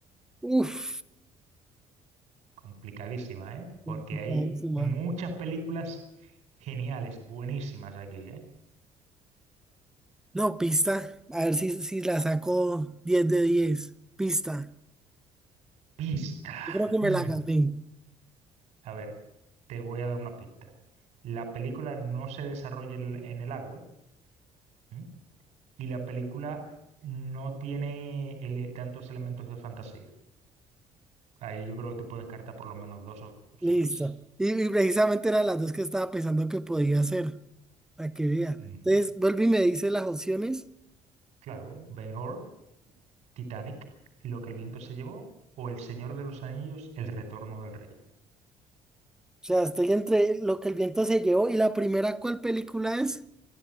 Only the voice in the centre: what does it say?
Uf.
complicadísima.
No, pista. A ver si, si la saco 10 de 10, Pista.
Yo creo que me
la gané.
Listo. Y, y precisamente eran las dos que estaba pensando que podía hacer. Para que vea.
Entonces, vuelve y me dice las opciones.
O sea, estoy entre lo que el viento se llevó y la primera, ¿cuál película es?